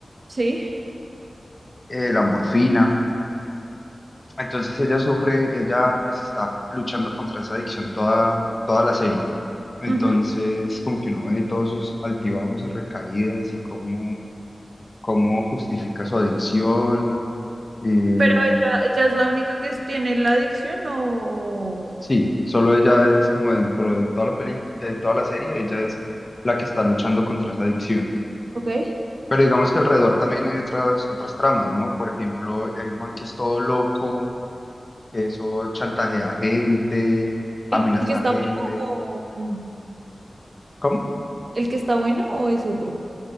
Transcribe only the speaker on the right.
Sí.
Ajá.
¿Pero ella, ella es la única que tiene la adicción o...?
Ok. ¿El
el que está
bueno o o-
el que está bueno o es otro?